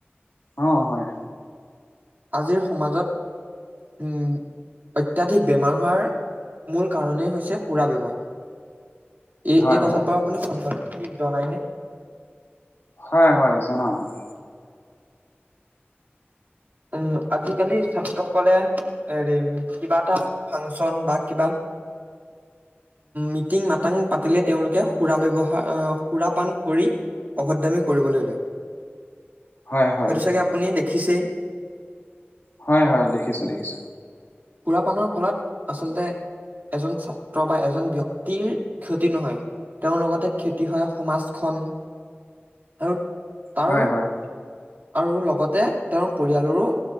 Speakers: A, on the left; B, on the right.
A: অ', হয়।
B: আজিৰ সমাজত উম, অত্যাধিক বেমাৰ হোৱাৰ মূল কাৰণেই হৈছে সুৰা ব্যৱহাৰ, এই
A: হয়
B: এই কথাত
A: হয়
B: বাৰু আপুনি সন্মতি জনায় নে?
A: হয়, হয়, জনাও মই।
B: উম, আজিকালি ছাত্ৰ সকলে হেৰি, কিবা এটা ফাংচন বা কিবা মিটিং-মাতাং পাতিলে, তেওঁলোকে সুৰা ব্যৱহাৰ, সুৰাপান কৰি অভদ্ৰামী কৰিবলৈ লয়,
A: হয় হয়
B: সেইটো চাগে আপুনি দেখিছেই।
A: হয়, হয়, দেখিছো, দেখিছো।
B: সুৰাপানৰ ফলত আচলতে এজন ছাত্ৰ বা এজন ব্যক্তিৰ ক্ষতি নহয়, তেওঁৰ লগতে ক্ষতি হয় সমাজখন, আৰু তাৰ
A: হয় হয়
B: আৰু লগতে, তেওঁৰ পৰিয়ালৰো